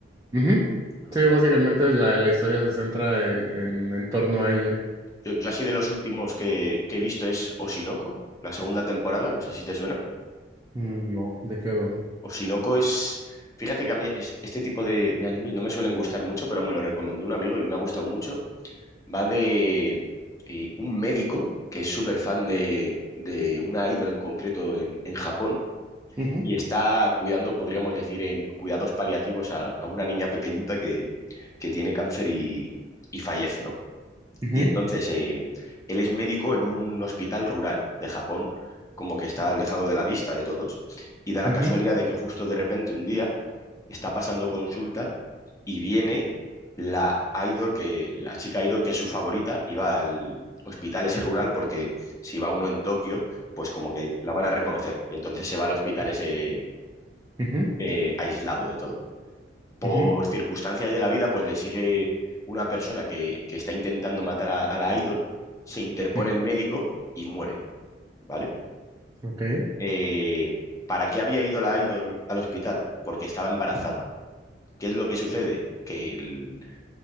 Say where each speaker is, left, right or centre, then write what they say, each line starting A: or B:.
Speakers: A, on the right; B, on the left.
A: Ujú.
B: Anda.
A: Sí, básicamente la, la historia se centra en,
B: mm.
A: en, en torno a ella.
B: Yo, yo así de los últimos que, que he visto es Oshinoko, la segunda temporada, no sé si te suena.
A: Mm, No, ¿de qué va?
B: Oshinoko es... Fíjate que a mí est- este tipo de, de anime no me suelen gustar mucho, pero me lo recomendó un amigo y me ha gustado mucho. Va de eh, un médico que es súper fan de, de una ídola en concreto en, en Japón
A: Ujú,
B: y está cuidando, podríamos decir, en cuidados paliativos a, a una niña pequeñita que, que tiene cáncer y, y fallece, ¿no?
A: ujú,
B: Y entonces eh, él es médico en un hospital rural de Japón, como que está alejado de la vista de todos, y da la
A: ujú,
B: casualidad de que justo de repente un día está pasando consulta y viene la idol que, la chica idol que es su favorita, y va al hospital ese rural porque si va uno en Tokio, pues como que la van a reconocer. Y entonces se va al hospital ese
A: ujú,
B: eh, aislado de todo. Por
A: ujú,
B: circunstancias de la vida, pues le sigue una persona que, que está intentando matar a, a la idol, se interpone
A: ujú.
B: el médico y muere, ¿vale?
A: Ok,
B: Eh, ¿para qué había ido la idol al hospital? Porque estaba embarazada. ¿Qué es lo que sucede? Que el,